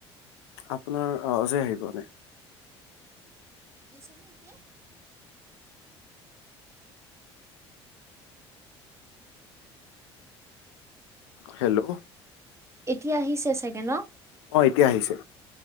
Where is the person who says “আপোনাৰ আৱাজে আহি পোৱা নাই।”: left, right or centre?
Left